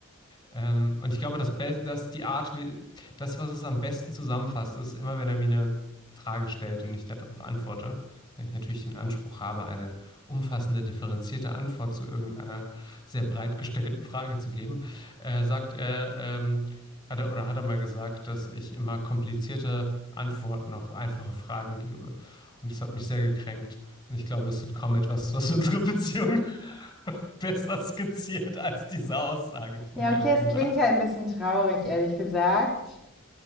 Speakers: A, on the left; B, in the centre.
A: Ähm, und ich glaube, das Be das, die Art, wie, das, was es am besten zusammenfasst, ist immer, wenn er mir eine Frage stellt und ich darauf antworte, weil ich natürlich den Anspruch habe, eine umfassende, differenzierte Antwort zu irgendeiner sehr breit gestellten Frage zu geben, äh, sagt er, ähm, hat er oder hat er mal gesagt, dass ich immer komplizierte Antworten auf einfache Fragen gebe. Und das hat mich sehr gekränkt. Und ich glaube, es gibt kaum etwas, was unsere Beziehung <laughs> <laughs> besser skizziert als diese Aussage von
B: Ja,
A: meinem
B: okay,
A: Bruder.
B: es klingt halt ein bisschen traurig, ehrlich gesagt.